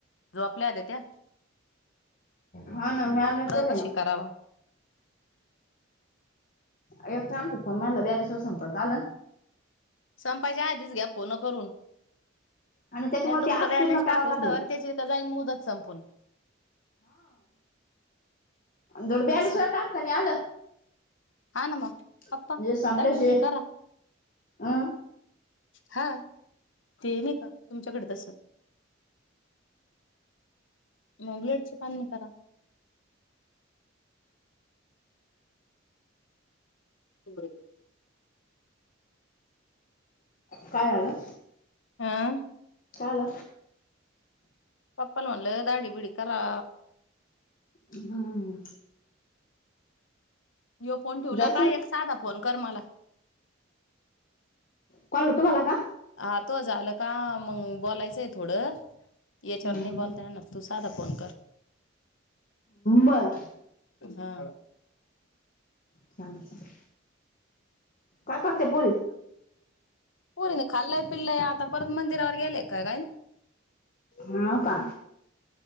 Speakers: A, on the left; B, on the left.
A: जो आपल्या आल्याता
B: हा ना मी आल्यावर केलं
A: कशी
B: ना
A: करावा
B: याचं आणकी फोन मारलं ब्यालेस संपत आलं.
A: संपायच्या आधीच घ्या फोन करून
B: आणि त्याच्यामुळे
A: नाही तुमचा
B: ते आज
A: बॅलन्स
B: पूर्ण करावं
A: टाकूस
B: लागेल
A: तवर त्याची का जाईन मुदत संपून
B: धड बॅलेससुद्धा
A: असं
B: टाकता नाही आलं.
A: हा ना मग पप्पा
B: म्हणजे संपल्याशिवाय
A: दाढी बिडी करा.
B: अं
A: हा ते नाही का तुमच्याकडे तसं मग ब्लेडचा पाननी करा. <unintelligible>
B: काय झालं?
A: हम्म
B: काय झाल?
A: पप्पाला म्हणलं दाडी बिडी करा.
B: हम्म.
A: ह्यो फोन ठिवला
B: जायचं
A: का एक साधा फोन करमाला <unintelligible>
B: कोणाला तुमाला का?
A: हा तो झालं का मंग बोलायचंय थोडं याचावर
B: हम्म
A: नाही बोलता येणार तुस साधा फोन कर
B: बरं
A: हा
B: चालू चालू काय करते पोरी
A: पोरीने खाल्लं पिल्ल आता परत मंदिरावर गेले काय
B: हा का